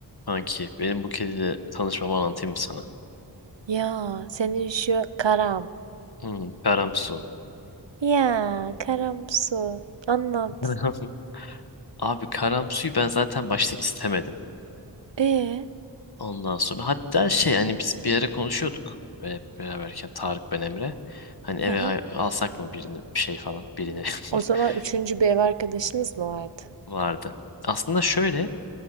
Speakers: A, on the left; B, on the right.
A: Kanki benim bu kediyle tanışmamı anlatayım mı sana?
B: Ya senin şu karam.
A: Hmm, Karamsu.
B: Ya karamsu. Anlat.
A: <laughs> Abi Karamsu'yu ben zaten başta istemedim.
B: E,
A: Ondan sonra hatta şey hani biz bir ara konuşuyorduk. Böyle hep beraberken Tarık ben Emre. Hani
B: hı
A: eve
B: hı.
A: hay- alsak mı birini bir şey falan birini
B: O zaman
A: <laughs>
B: üçüncü bir ev arkadaşınız mı vardı?
A: vardı. Aslında şöyle